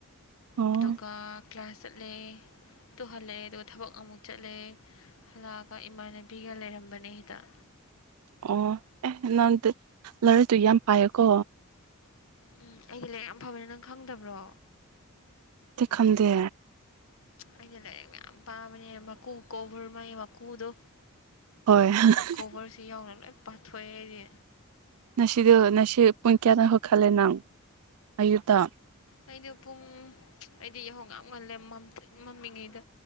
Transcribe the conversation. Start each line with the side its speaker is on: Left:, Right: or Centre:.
Right: ꯑꯣ
Left: ꯑꯗꯨꯒ ꯀ꯭ꯂꯥꯁ ꯆꯠꯂꯦ ꯇꯨꯍꯜꯂꯦ ꯑꯗꯨꯒ ꯊꯕꯛ ꯑꯃꯨꯛ ꯆꯠꯂꯦ ꯍꯜꯂꯛꯑꯒ ꯏꯃꯥꯟꯅꯕꯤꯒ ꯂꯩꯔꯝꯕꯅꯦ ꯍꯤꯗꯥꯛ
Right: ꯑꯣ ꯑꯦ ꯅꯪꯗꯤ ꯂꯥꯏꯔꯤꯛꯇꯨ ꯌꯥꯝ ꯄꯥꯏꯌꯦꯀꯣ
Left: ꯎꯝ ꯑꯩꯗꯤ ꯂꯥꯏꯔꯤꯛ ꯌꯥꯝ ꯐꯕꯅꯦ ꯅꯪ ꯈꯪꯗꯕ꯭ꯔꯣ
Right: <unintelligible> ꯈꯪꯗꯦ
Left: ꯑꯩꯅ ꯂꯥꯏꯔꯤꯛ ꯃꯌꯥꯝ ꯄꯥꯝꯕꯅꯦ ꯃꯀꯨ ꯀꯧꯕꯣꯔ ꯃꯥꯏ ꯃꯀꯨꯗꯣ
Right: ꯍꯣꯏ <unintelligible>
Left: ꯃꯥꯒꯤ ꯀꯣꯕꯔꯁꯤ ꯌꯥꯎꯅ ꯂꯣꯏ ꯄꯥꯊꯣꯛꯑꯦ ꯑꯩꯗꯤ
Right: ꯅꯁꯤꯗꯨ ꯅꯁꯤ ꯄꯨꯡ ꯀꯌꯥꯗ ꯍꯧꯈꯠꯂꯦ ꯅꯪ ꯑꯌꯨꯛꯇ
Left: ꯑꯩꯗꯣ ꯄꯨꯡ <unintelligible> ꯑꯩꯗꯤ ꯌꯥꯍꯧ ꯌꯥꯝ ꯉꯜꯂꯦ ꯃꯝꯇ꯭ꯔꯤꯛ ꯃꯃꯤꯉꯩꯗ